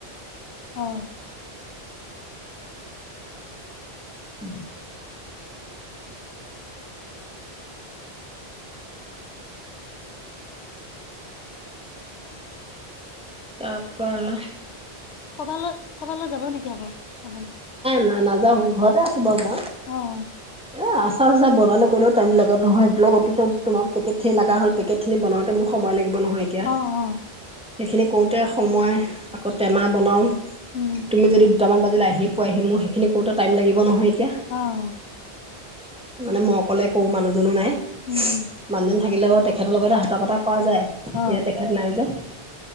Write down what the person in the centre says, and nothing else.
উম তাৰ পৰা নাই
নাই নাযাওঁ ঘৰতে আছো মই
হয় মিছা বনালে কৰিলেও টাইম লগত নহয় বলোমেেটিন লগা হ'ল পেকেকখিনি বনাওঁতে মোৰ সময় লাগিব নহয় এতিয়া
সেইখিন কওঁতে সময় আকৌ টেমা বনাওঁ
তুমি যদি দুটামান বাজিলৈ আহি পোৱাহি মোৰ সেইখিনি কৰওঁতে টাইম লাগিব নহয় এতিয়া
মান মই অকলে কোৰো মানুহজনো নাই
মানুহজন থাকিলে বা তেখেতৰ লগতে হাতা পতা কোৱা যায়
ইয়াত তেখেত নাই যে